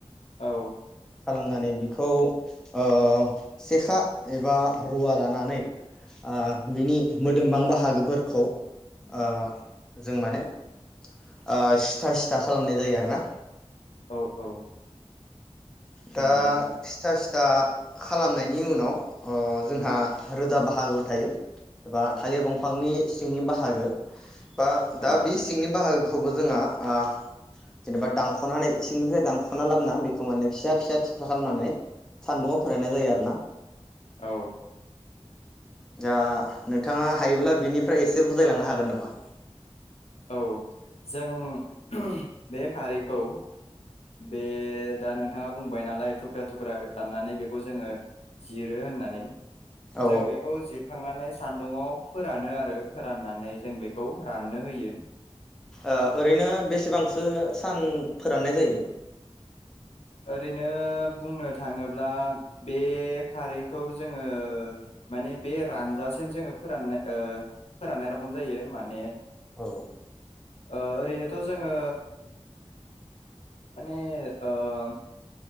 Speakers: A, on the left; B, in the centre.
A: औ
B: खालामनानै बि खौ ओ सेखा एबा रुवा लानानै ओ बिनि मोदोमबां बाहागोफोरखौ ओ जों माने ओ सिथा सिथा खालामनाय जायो आरोना
A: औ औ
B: दा
A: नंगौ नोंथां
B: सिथा सिथा खालामनायनि उनाव ओ जोंहा रोदा बाहागोबो थायो एबा थालिर बंफांनि सिंनि बाहागो बा दा
A: औ
B: बे सिंनि बाहागो खौबो जोङो ओ जेनेबा दानख'नानै सिंनिफ्राय दानख'ना लाबोना बेखौ माने फिसा फिसा थुख्रा खालामनानै सान्दुआव फोराननाय जायो आरो ना
A: औ
B: दा नोंथाङा हायोब्ला बिनिफ्राय एसे बुजायलांनो हागोन नामा?
A: औ जों ओम बे खारैखौ बे दा नोंथाङा बुंबाय नालाय थुख्रा थुख्रा दाननानै बेखौ जोङो जिरो होननानै
B: औ
A: जों बेखौ जिरखांनानै सान्दुंङाव फोरानो आरो फोराननानै जों बेखौ राननो होयो
B: ओ ओरैनो बेसेबांसो सान फोराननाय जायो
A: ओरैनो बुंनो थाङोब्ला बे खारैखौ जोङो माने बे रानजासिम जोङो फोराननाय ओ फोराननाय रखम जायो माने
B: औ
A: ओ ओरै नेथ' जोङो माने ओ <inaudible> ओ